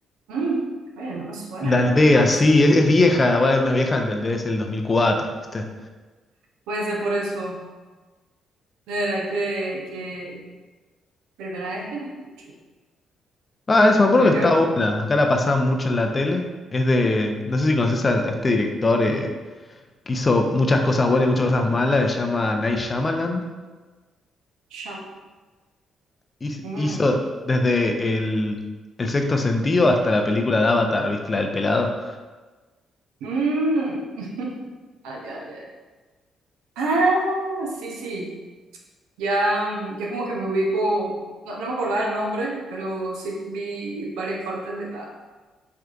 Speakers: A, on the right; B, on the left.
A: Mm, Bueno, no me suena,
B: La Aldea,
A: curioso.
B: sí, es, es vieja, va, una vieja, entendés, el 2004, ¿viste?
A: Puede ser por eso. De verdad que, que Primera vez que la escucho.
B: Ah, eso, me acuerdo
A: Tendría
B: que está
A: que buscarlo.
B: buena. Acá la pasaban mucho en la tele. Es de. No sé si conoces a, a este director eh, que hizo muchas cosas buenas y muchas cosas malas. Se llama Night Shyamalan.
A: Cham-
B: Hiz-
A: Mm.
B: Hizo desde el, el sexto sentido hasta la película de Avatar, ¿viste? La del pelado.
A: Mm. <laughs> Ay, ay, ay. Ah, sí, sí. Ya, mm, ya como que me ubico. No, no me acordaba el nombre, pero sí vi varias partes de la,